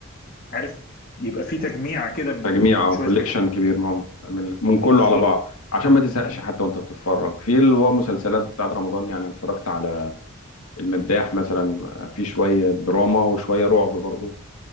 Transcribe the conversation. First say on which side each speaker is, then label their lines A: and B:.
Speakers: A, on the left; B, on the left.
A: عارف يبقى في تجميع كده من
B: تجميع
A: من
B: او
A: شوية
B: كوليكشن
A: حاجات
B: كبير من من من كله
A: بالظبط
B: على بعض عشان ما تزهقش
A: مم.
B: حتى وانت بتتفرج في اللي هو مسلسلات بتاعت رمضان يعني اتفرجت على المداح مثلا في شويه دراما وشويه رعب برضو